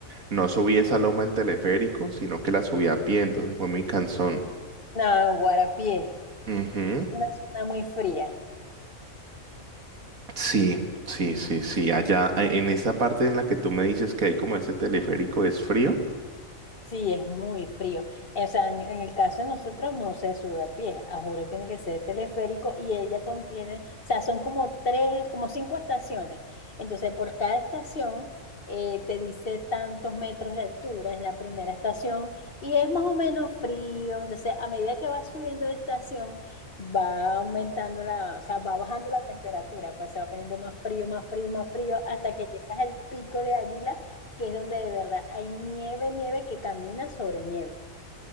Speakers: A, on the right; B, on the left.
A: no subí esa loma en teleférico, sino que la subí a pie, entonces fue muy cansón.
B: No, Guarapié,
A: Ujú.
B: una zona muy fría.
A: Sí, sí, sí, sí. Allá eh, en esa parte en la que tú me dices que hay como ese teleférico es frío.
B: Sí, es muy frío. O sea, en, en el caso de nosotros no se sube a pie, a juro, tiene que ser teleférico y ella contiene, o sea, son como tres, como cinco estaciones. Entonces, por cada estación eh, te dice tantos metros de altura, es la primera estación y es más o menos frío. Entonces, a medida que va subiendo de estación, va aumentando la, o sea, va bajando la temperatura, pues se va poniendo más frío, más frío, más frío, hasta que llegas al pico de Águila que es donde de verdad hay nieve, nieve que camina sobre nieve.